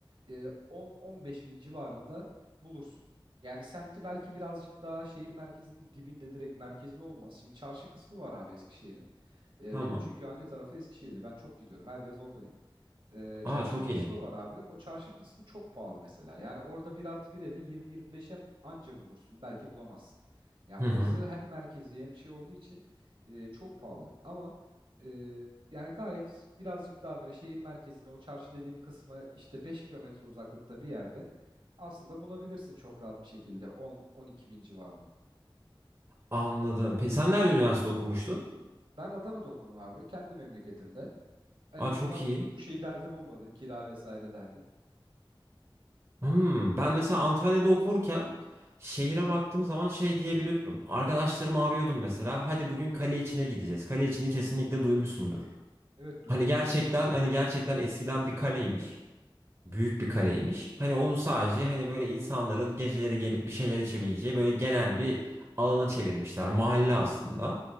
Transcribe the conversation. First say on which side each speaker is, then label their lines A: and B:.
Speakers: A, on the right; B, on the right.
A: e, 10-15 bin civarında bulursun. Yani semti belki birazcık daha şehir merkezinin dibinde direkt merkezi olmaz. Şimdi çarşı kısmı var abi Eskişehir'in. E,
B: Tamam.
A: benim çünkü anne tarafı Eskişehirli. Ben çok gidiyorum. Her yaz oradayım e,
B: Aa
A: çarşı
B: çok
A: kısmı
B: iyi.
A: var abi. O çarşı kısmı çok pahalı mesela. Yani orada bir artı bir evi 20-25'e anca bulursun. Belki bulamazsın. Ya
B: Hı
A: orası
B: hı.
A: hem merkezi hem şey olduğu için e, çok pahalı. Ama e, yani gayet birazcık daha böyle şehir merkezine o çarşı dediğim kısmı işte 5 kilometre uzaklıkta bir yerde aslında bulabilirsin çok rahat bir şekilde 10-12 bin civarını.
B: Anladım. Pe sen nerede üniversite okumuştun?
A: Ben Adana'da okudum abi. Kendi memleketimde. En
B: Aa
A: azından
B: çok iyi.
A: bu şey <laughs> derdim olmadı. Kira vesaire derdim.
B: Hmm, ben mesela
A: Aynen.
B: Antalya'da okurken şehire baktığım zaman şey diyebiliyordum. Arkadaşlarımı arıyordum mesela. Hadi bugün kale içine gideceğiz. Kale içini kesinlikle duymuşsundur.
A: Evet duydum
B: Hani gerçekten
A: tabii ki.
B: hani gerçekten eskiden bir kaleymiş. Büyük bir kaleymiş. Hani onu sadece hani böyle insanların geceleri gelip bir şeyler içebileceği böyle genel bir alana çevirmişler. Mahalle aslında.